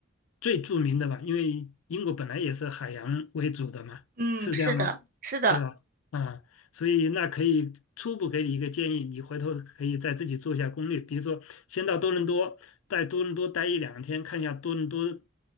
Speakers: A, on the left; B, on the right.
A: 最著名的吧，因为英国本来也是海洋为主的嘛，
B: 嗯，
A: 是这样吗？
B: 是的，是的，
A: 对吧？啊，所以那可以初步给你一个建议，你回头可以再自己做一下攻略，比如说先到多伦多，在多伦多待一两天，看一下多伦多